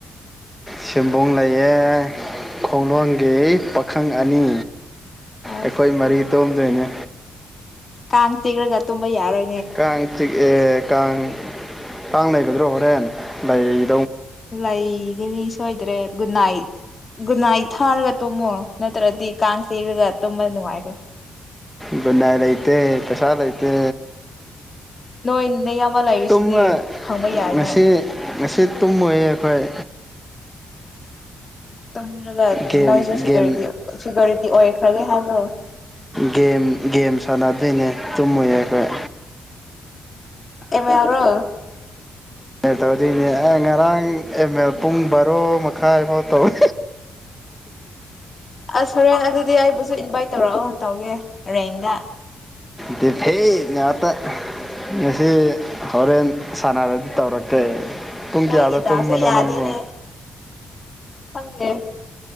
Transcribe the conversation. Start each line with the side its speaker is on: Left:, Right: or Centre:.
Centre: ꯁꯕꯣꯡ ꯂꯩꯌꯦ ꯈꯣꯡꯂꯣꯡꯒꯤ ꯄꯥꯈꯪ ꯑꯅꯤ
Left: ꯑꯁ
Centre: ꯑꯩꯈꯣꯏ ꯃꯔꯤꯗ ꯑꯗꯨꯅꯦ
Left: ꯀꯥꯥꯡ ꯆꯤꯛꯑꯒ ꯇꯨꯝꯕꯥ ꯌꯥꯔꯦ
Centre: ꯀꯥꯡ ꯆꯤꯛꯑꯦ ꯀꯥꯡ ꯀꯥꯡ ꯂꯩꯒꯗ꯭ꯔꯣ ꯍꯣꯔꯦꯟ ꯂꯩ
Left: ꯂꯩꯒꯅꯤ ꯁꯣꯏꯗ꯭ꯔꯦ ꯒꯨꯅꯥꯏꯠ ꯒꯨꯟꯅꯥꯏꯠ ꯊꯥꯔꯒ ꯇꯣꯝꯃꯣ ꯭ꯔꯗꯤ ꯀꯥꯡ ꯆꯤꯛꯑꯒ ꯇꯨꯝꯕ ꯅꯨꯡꯉꯥꯏ꯭ꯔꯣꯏ
Centre: ꯒꯨꯠꯅꯥꯏꯠ ꯂꯩꯇꯦ ꯄꯩꯁꯥ ꯂꯩꯇꯦ
Left: <inaudible> ꯑꯃ ꯂꯩꯔꯤꯁꯤꯗꯤ
Centre: ꯇꯨꯝꯃ
Left: ꯍꯪꯕ ꯌꯥꯏꯅꯦ
Centre: ꯉꯁꯤ ꯉꯁꯤ ꯇꯨꯝꯃꯣꯏ ꯑꯩꯈꯣꯏ
Left: ꯇꯨꯝꯈ꯭ꯔꯒ
Centre: ꯒꯦꯝ
Left: ꯅꯣꯏꯁꯨ ꯁꯦꯀ꯭ꯌꯨꯔꯤꯇꯤ
Centre: ꯒꯦꯝ
Left: ꯁꯦꯀ꯭ꯌꯨꯔꯤꯇꯤ ꯑꯣꯏꯈ꯭ꯔꯒꯦ ꯍꯕꯣ
Centre: ꯒꯦꯝ ꯒꯦꯝ ꯁꯥꯟꯅꯗꯣꯏꯅꯦ ꯇꯨꯝꯃꯔꯣꯏ ꯑꯩꯈꯣꯏ
Left: ꯑꯦꯝ ꯌꯥꯎꯔꯣ
Centre: <inaudible> ꯇꯧꯗꯣꯏꯅꯦ ꯑꯩ ꯉꯔꯥꯡ ꯑꯦꯝ ꯑꯦꯜ ꯄꯨꯡ ꯕꯥꯔꯣ ꯃꯈꯥꯏꯐꯥꯎ ꯇꯧꯋꯤ
Left: ꯑꯁ ꯁꯣꯔꯦꯟ ꯑꯗꯨꯗꯤ ꯑꯩꯕꯨꯁꯨ ꯏꯟꯚꯥꯏꯠ ꯇꯧꯔꯛꯑꯣ ꯇꯧꯒꯦ ꯔꯦꯡꯗ
Centre: ꯗꯤ ꯐꯩ ꯉꯍꯥꯛꯇ ꯉꯁꯤ ꯍꯣꯔꯦꯟ ꯁꯥꯟꯅꯕꯗꯤ ꯇꯧꯔꯛꯀꯦ ꯄꯨꯡ
Left: ꯅꯣꯏꯒꯤ
Centre: ꯀꯌꯥꯗ
Left: ꯗꯥꯎꯁꯦ
Centre: ꯇꯨꯝꯕꯅꯣ
Left: ꯌꯥꯗꯦꯅꯦ
Centre: ꯅꯪꯕꯣ
Left: ꯈꯪꯗꯦ